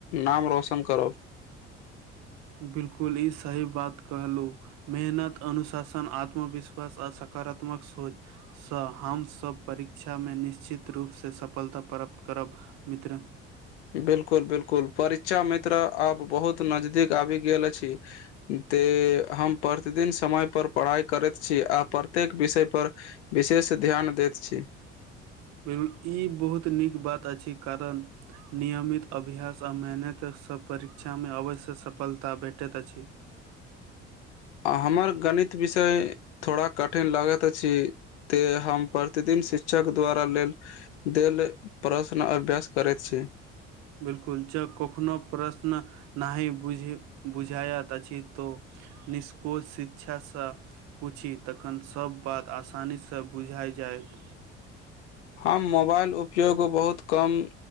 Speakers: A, on the left; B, on the right.
A: नाम रोशन करब
B: बिलकुल ई सही बात कहलहुँ मेहनत अनुशासन आत्मविश्वास आ सकारात्मक सोच सँ हमसभ परीक्षा मे निश्चित रूपसँ सफलता प्राप्त करब मित्र
A: बिल्कुल बिल्कुल परीक्षा मित्र आब बहुत नजदीक आबी गेल छै ते हम प्रतिदिन समय पर पढ़ाई करैत छी आ प्रत्येक विषय पर विशेष ध्यान दैत छी
B: बुल ई बहुत नीक बात अछि कारण नियमित अभ्यास आ मेहनतसँ परीक्षामे अवश्य सफलता भेटैत अछि
A: हमर गणित विषय थोड़ा कठिन लगैत अछि ते हम प्रतिदिन शिक्षक द्वारा लेल देल प्रश्न अभ्यास करैत छी
B: बिलकुल जँ कखनो प्रश्न नहि बुझ बुझायइत अछि तो निष्कोज शिक्षासँ पूछी तखन सब बात आसानीसँ बुझाइ जाइत
A: हम मोबाइल उपयोग बहुत कम